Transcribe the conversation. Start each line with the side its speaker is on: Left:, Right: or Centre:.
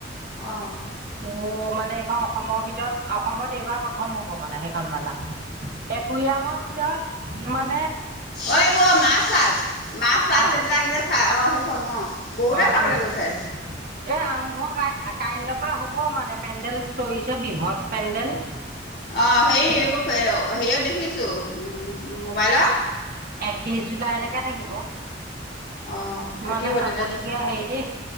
Left: অঁ।
Right: মোৰ মানে এইখন অসমৰ ভিতৰত অসমত এইবাৰ প্ৰথম হ'ব মানে সেইখন মেলা। একুৰিআমৰ ভিতৰত ইমান
Left: অ এইবোৰ মাছ চাছ, মাছ চাছ
Right: অ
Left: এইবিলাক যে চাই অঁ সেইখন অ। বহুতে
Right: অ
Left: চাবলৈ
Right: এ
Left: গৈছে
Right: আৰম্ভ অঁ কা কাইলৈ পৰা হ'ব মানে পেণ্ডেল তৰিছে বৃহৎ পেণ্ডেল।
Left: অঁ হেৰি এইবোৰ
Right: এ
Left: অঁ, হেৰিয়াত দেখিছোঁ উম মোবাইলত
Right: একত্ৰিশ জুলাইলৈকে থাকিব।
Left: অঁ থাকিব
Right: মানে চাবলগীয়া
Left: তেতিয়া যা
Right: হেৰি দেই